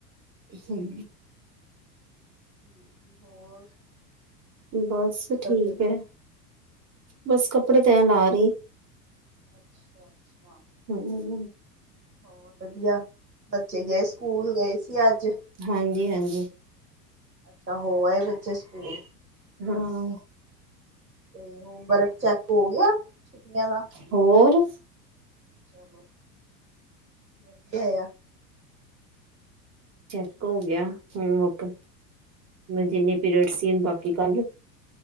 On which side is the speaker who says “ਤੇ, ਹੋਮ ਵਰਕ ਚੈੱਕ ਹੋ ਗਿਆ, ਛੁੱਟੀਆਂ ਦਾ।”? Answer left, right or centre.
Right